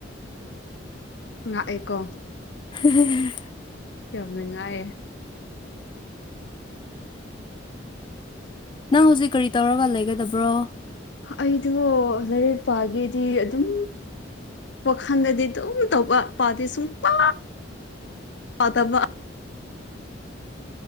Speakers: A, on the left; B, on the left.
A: ꯉꯥꯛꯑꯦꯀꯣ
B: ꯍꯝ
A: ꯌꯥꯝ ꯅꯨꯡꯉꯥꯏꯌꯦ
B: ꯅꯪ ꯍꯧꯖꯤꯛ ꯀꯔꯤ ꯇꯧꯔꯒ ꯂꯩꯒꯗꯕ꯭ꯔꯣ
A: ꯑꯩꯗꯣ ꯂꯥꯏꯔꯤꯛ ꯄꯥꯒꯦꯗꯤ ꯑꯗꯨꯝ ꯋꯥꯈꯜꯗꯗꯤ ꯑꯗꯨꯝ ꯇꯧꯕ ꯄꯥꯗꯏ ꯁꯨꯡꯄꯥ ꯄꯗꯕ